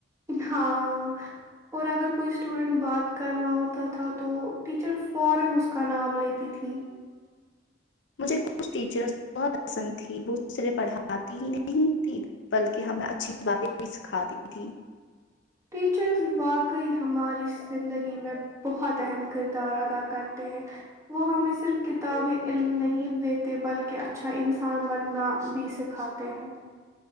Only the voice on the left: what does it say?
مجھے کچھ ٹیچرز بہت پسند تھیں وہ صرےف پڑھاتی ہی نہیں تیں بلکہ ہمیں اچھی باتیں بھی سکھاتی تھیں